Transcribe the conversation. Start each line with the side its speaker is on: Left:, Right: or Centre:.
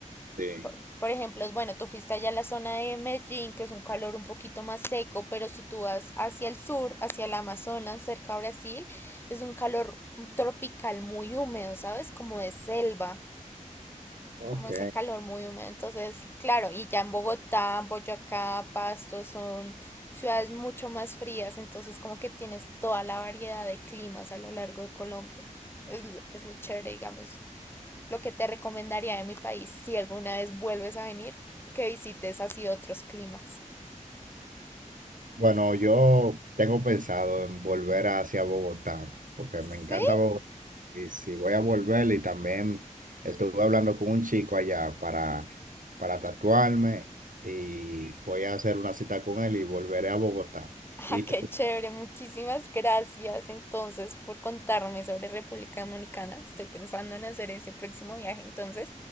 Right: Sí.
Left: Por, por ejemplo, bueno, tú fuiste allá a la zona de Medellín, que es un calor un poquito más seco, pero si tú vas hacia el sur, hacia el Amazonas, cerca a Brasil, es un calor tropical muy húmedo, ¿sabes? Como de selva
Right: Ok.
Left: como ese calor muy húmedo. Entonces, claro, y ya en Bogotá, Boyacá, Pasto son ciudades mucho más frías, entonces como que tienes toda la variedad de climas a lo largo de Colombia. Es, es lo chévere, digamos, lo que te recomendaría de mi país si alguna vez vuelves a venir, que visites así otros climas.
Right: Bueno, yo tengo pensado en volver hacia Bogotá, porque
Left: Sí,
Right: me encanta Bogotá. Sí, sí, voy a volver y también estuve hablando con un chico allá para, para tatuarme y voy a hacer una cita con él y volveré a Bogotá. Y
Left: Ah,
Right: tú,
Left: qué chévere, muchísimas gracias entonces por contarme sobre República Dominicana. Estoy pensando en hacer ese próximo viaje entonces.